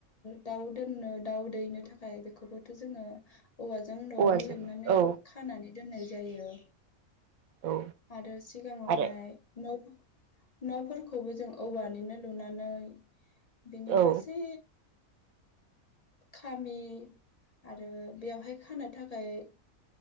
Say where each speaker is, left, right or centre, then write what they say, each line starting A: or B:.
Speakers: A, on the left; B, on the right.
A: दाउ दोननो दाउ दैनो थाखाय बेखौबोथ' जोङो औवाजों न'आवनो
B: औवाजों
A: हेबनानै
B: औ
A: खानानै दोननाय जायो।
B: औ
A: आरो सिगाङावहाय
B: आरो
A: न'फो न'फोरखौबो जों औवानिनो लुनानै बिनि
B: औ
A: गासै खामि आरो बेवहाय खानो थाखाय